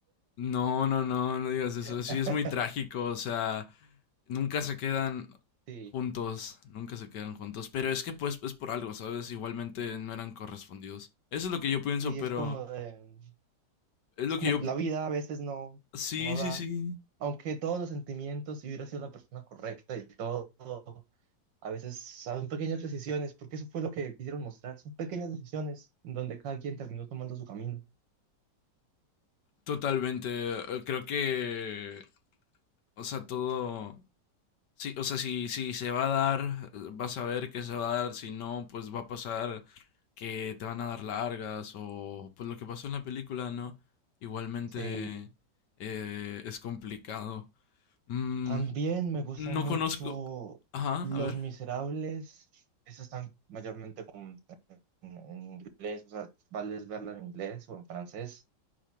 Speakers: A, on the left; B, on the right.
A: No, no, no, no digas eso.
B: <laughs>
A: Sí, es muy trágico. O sea, nunca se quedan
B: Sí,
A: juntos, nunca se quedan juntos. Pero es que pues es por algo, ¿sabes? Igualmente no eran correspondidos. Eso es lo que yo pienso,
B: sí,
A: pero
B: es como de,
A: es lo
B: es como
A: que yo...
B: la
A: pi-
B: vida a veces no,
A: Sí,
B: no da.
A: sí, sí.
B: Aunque todos los sentimientos, si hubiera sido la persona correcta y todo. A veces son pequeñas decisiones, porque eso fue lo que quisieron mostrar. Son pequeñas decisiones en donde cada quien terminó tomando su camino.
A: Totalmente. Eh, Creo que... O sea, todo... Sí, o sea, si, si se va a dar, eh, vas a ver que se va a dar, si no, pues va a pasar que te van a dar largas o pues lo que pasó en la película, ¿no? Igualmente
B: Sí.
A: eh, es complicado. Mm,
B: También me gustan
A: no
B: mucho
A: conozco... Ajá,
B: Los
A: a ver.
B: Miserables. Esas están mayormente con- en, en inglés, o sea, vale es verla en inglés o en francés,